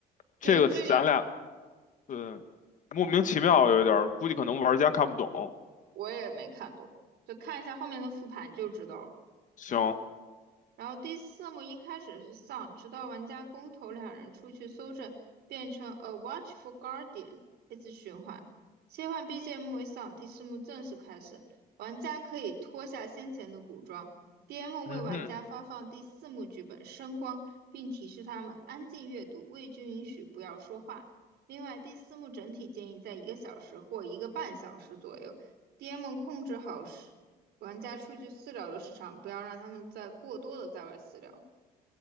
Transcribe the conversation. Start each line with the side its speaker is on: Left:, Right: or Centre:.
Left: 这个咱俩
Right: 对，最。
Left: 对莫名其妙有一点儿，估计可能玩家看不懂。
Right: 我也没看懂，就看一下后面的复盘就知道了。
Left: 行，
Right: 然后第四幕一开始是 Sun，直到玩家公投两人出去搜证，变成 A Watchful Guardian，一直循环，切换 BGM 为 Sun。第四幕正式开始，玩家可以脱下先前的古装，DM
Left: 嗯哼，
Right: 为玩家发放第四幕剧本声光，并提示他们安静阅读，未经允许不要说话。另外，第四幕整体建议在一个小时或一个半小时左右，DM 控制好时。玩家出去私聊的时长，不要让他们再过多的在外私聊。